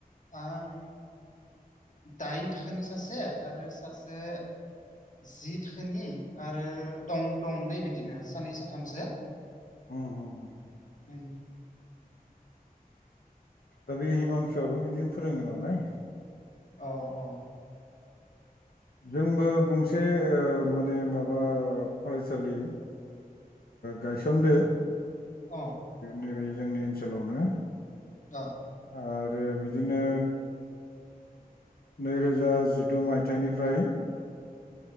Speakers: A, on the left; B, on the left.
A: आं दाइन थाखोनि सासे आरो सासे जि थाखोनि आरो दं दं दै बिदिनो सानै साथामसो
B: उम उम उम
A: उम
B: दा बे हिमांसुआबो बिदिनो फोरोङो नालाय
A: औ औ
B: जोंबो गंसे माने माबा फरायसालि गायसनदो
A: अ
B: नैबे जोंनि ओनसोलावनो
A: औ
B: आरो बिदिनो नैरोजा जिद' मायथाइनि फ्राय